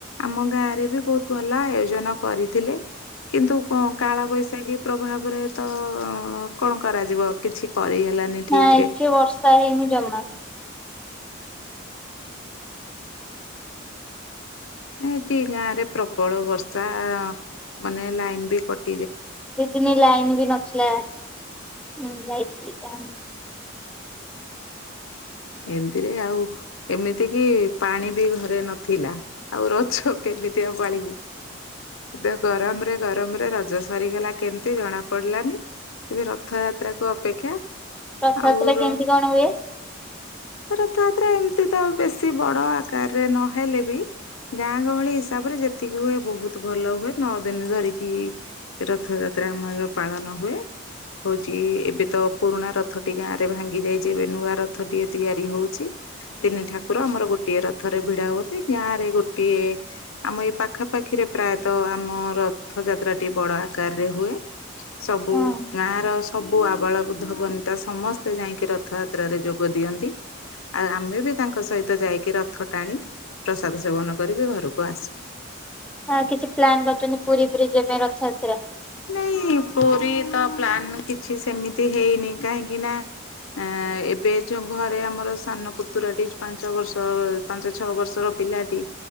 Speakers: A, on the left; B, in the centre.
A: ଆମ ଗାଁ ରେ ବି ବହୁତ ଭଲ ଆୟୋଜନ କରିଥିଲେ। କିନ୍ତୁ କାଳ ବୈଶାଖୀ ପ୍ରଭାବରେ ତ କଣ କରାଯିବ କିଛି କରିହେ ହେଲାନି
B: ନା
A: ଠିକରେ
B: <unintelligible> ଜମା।
A: ଏଠି ଗାଁ ରେ ପ୍ରବଳ ବର୍ଷା ମାନେ ଲାଇନ ବି କଟ
B: ଦି ଦିନ ଲାଇନ ବି ନଥିଲାଁ ଯାଇଥିଲି।
A: ଏମିତିରେ ଆଉ ଏମିତି କି ପାଣି ବି ଘରେ ନଥିଲା। ଆଉ ରଜ କେମିତି ଆଉ ପାଳିବୁ। ଦେ ଗରମ ରେ ଗରମରେ ରଜ ସରିଗଲା କେମିତି ଜଣା ପଡିଲାନି। ଏବେ ରଥଯାତ୍ରା କୁ ଅପେକ୍ଷା
B: ରଥଯାତ୍ରରେ
A: ଆଉ ର
B: କେମିତି କଣ ହୁଏ?
A: ରଥଯାତ୍ରା ଏମତି ତ ବେଶୀ ବଡ ଆକାରରେ ନହେଲେ ବି ଗାଁ ଗହଳି ହିସାବରେ ଯେତିକି ହୁଏ ବହୁତ ଭଲ ହୁଏ। ନଅ ଦିନ ଧରିକି ରଥଯାତ୍ରା ଯାତ୍ରା ଆମର ପାଳନ ହୁଏ। ହଉଛି ଏବେ ତ ପୁରୁଣା ରଥଟି ଗାଁରେ ଭାଙ୍ଗି ଯାଇଛି ଏବେ ନୂଆ ରଥଟି ତିଆରି ହଉଛି ତିନି ଠାକୁର ଆମର ଗୋଟେ ଗୋଟିଏ ରଥରେ ଭିଡା ହୁଅନ୍ତି। ଗାଁ ରେ ଗୋଟିଏ ଆମ ଏ ପାଖାପାଖିରେ ପ୍ରାୟତଃ ଆମ ର ରଥଯାତ୍ରାଟି ବଡ ଆକାରରେ ହୁଏ ସବୁ
B: ହଁ
A: ଗାଁ ର ସବୁ ଆବାଳ ବୁଦ୍ଧବନିତା ସମସ୍ତେ ଯାଇକି ରଥଯାତ୍ରାରେ ଯୋଗ ଦିଅନ୍ତି। ଆଉ ଆମେ ବି ତାଙ୍କ ସହିତ ଯାଇକି ରଥ ଟାଣି ପ୍ରସାଦ ସେବନ କରିକି ଘରକୁ ଆସୁ।
B: ହ କିଛି ପ୍ଲାନ୍ କରୁଛନ୍ତି ପୁରୀ ପୁରୀ ଯିବା ପାଇଁ ରଥଯାତ୍ରା?
A: ନାଇଁ ପୁରୀ ତ ପ୍ଲାନ୍ କିଛି ସେମିତି ହେଇନି କାହିଁକିନା ଅ ଏବେ ଯୋଉ ଘରେ ଆମର ସାନ ପୁତୁରାଟି ପାଞ୍ଚ ବର୍ଷ ପାଞ୍ଚ ଛଅ ବର୍ଷର ପିଲାଟି